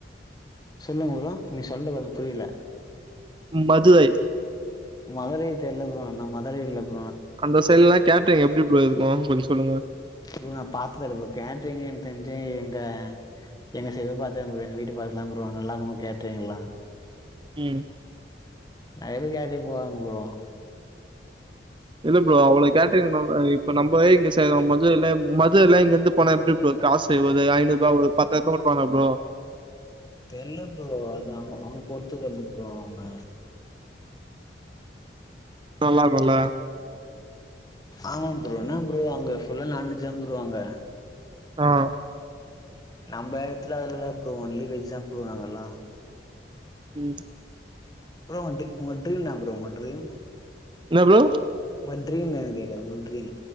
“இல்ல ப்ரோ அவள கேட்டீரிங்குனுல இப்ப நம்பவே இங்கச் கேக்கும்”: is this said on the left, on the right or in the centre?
Right